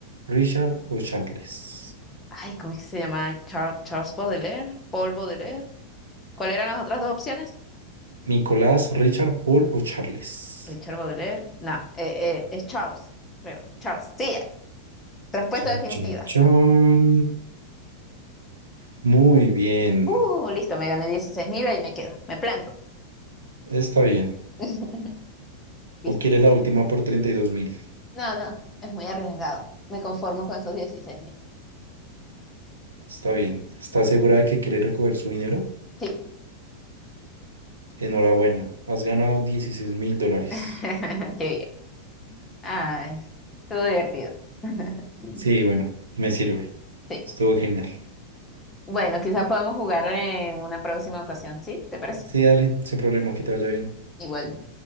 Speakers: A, on the right; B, on the left.
A: Richard o Charles.
B: Ay, ¿cómo es que se llama? Char- Charles Baudelaire, Paul Baudelaire. ¿Cuáles eran las otras dos opciones?
A: Nicolás, Richard, Paul o Charles.
B: Richard Baudelaire. No, eh, eh, es Charles, creo. Charles. Sí, respuesta
A: Chan,
B: definitiva.
A: chan, chan. Muy bien.
B: Uh, listo, me gané dieciséis mil y me quedo. Me planto.
A: Está bien.
B: <laughs> Listo.
A: ¿O quiere la última por treinta y dos mil?
B: No, no, es muy arriesgado. Me conformo con esos dieciséis mil.
A: Está bien. ¿Está segura de que quiere recoger su dinero?
B: Sí.
A: Enhorabuena. Has ganado dieciséis mil dólares.
B: <laughs> Qué bien. Ay, estuvo divertido. <laughs>
A: Sí, bueno, me sirve.
B: Sí.
A: Estuvo genial.
B: Bueno, quizás podamos jugar en una próxima ocasión, ¿sí? ¿Te parece?
A: Sí, dale, sin problema, que te vaya bien.
B: Igual